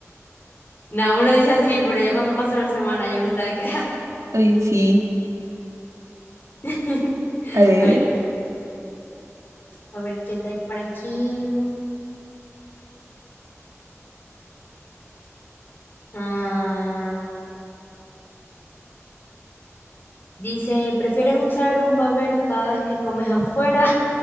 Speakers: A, on the left; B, on the right.
A: nada, uno dice así, pero ya cuando pasa una semana ya uno está de que...
B: Y sí.
A: <laughs>
B: A ver.
A: Ay, no. A ver, ¿qué trae por aquí? Ah, dice, ¿prefieres usar un babero cada vez que comes afuera